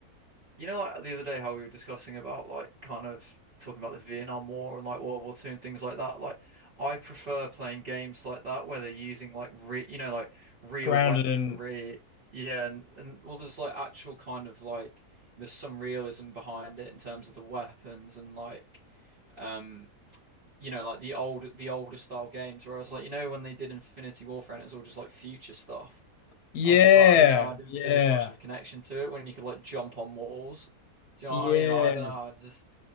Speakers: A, on the right; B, on the left.
A: you know, like the other day how we were discussing about like kind of talking about the Vietnam War and like World War Two and things like that. Like, I prefer playing games like that where they're using like re, you know, like real
B: grounded
A: weaponry.
B: in
A: Yeah, and, and well, there's like actual kind of like there's some realism behind it in terms of the weapons and like um, you know, like the old the older style games where I was like, you know, when they did Infinity Warfare and it was all just like future stuff.
B: Yeah,
A: I was just like, I don't know, I didn't
B: yeah,
A: feel as much of a connection to it when you could like jump on walls. Do you
B: yeah,
A: know what I mean? Like, I don't know, I just